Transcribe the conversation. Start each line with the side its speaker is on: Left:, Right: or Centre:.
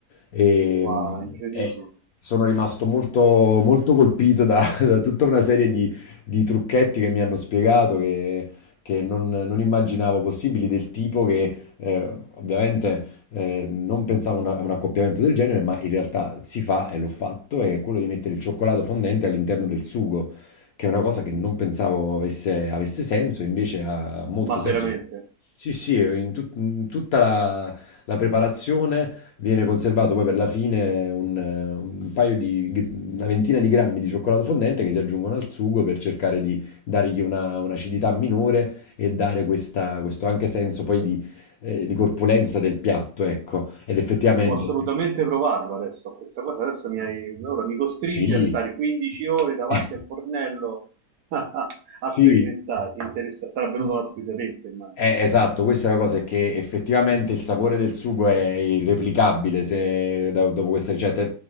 Left: E,
Right: Wow,
Left: mh,
Right: incredibile.
Left: e sono rimasto molto, molto colpito da, <laughs> da tutta una serie di, di trucchetti che mi hanno spiegato che, che non, non immaginavo possibili, del tipo che eh, ovviamente eh, non pensavo una- a un accoppiamento del genere, ma in realtà si fa e l'ho fatto, è quello di mettere il cioccolato fondente all'interno del sugo, che è una cosa che non pensavo avesse, avesse senso, invece ha molto
Right: Ma
Left: senso.
Right: veramente,
Left: Sì, sì, in, tut- in tutta la, la preparazione Viene conservato poi per la fine un, un paio di, una ventina di grammi di cioccolato fondente che si aggiungono al sugo per cercare di dargli una, un'acidità minore e dare questa- questo anche senso poi di, eh, di corpulenza del piatto, ecco. Ed effettivamente,
Right: devo assolutamente provarlo adesso. Questa cosa adesso mi hai... Ora mi costringi
Left: sì,
Right: a stare 15 ore davanti
Left: <laughs>
Right: al fornello <laughs> a
Left: sì,
Right: sperimentare. Interessa... Sarà venuta una spesatezza, immagino.
Left: Eh, esatto, questa è la cosa, è che effettivamente il sapore del sugo è irreplicabile se, da- dopo questa ricetta.